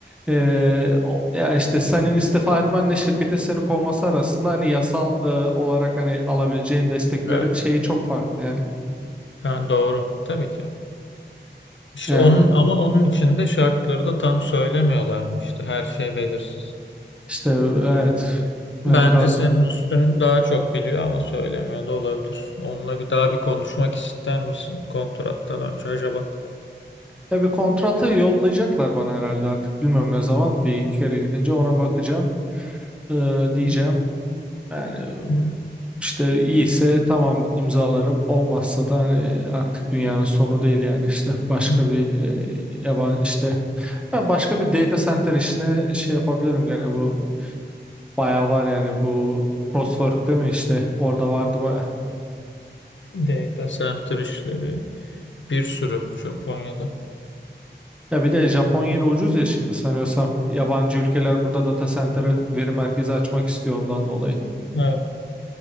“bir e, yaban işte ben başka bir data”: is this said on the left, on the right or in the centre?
Centre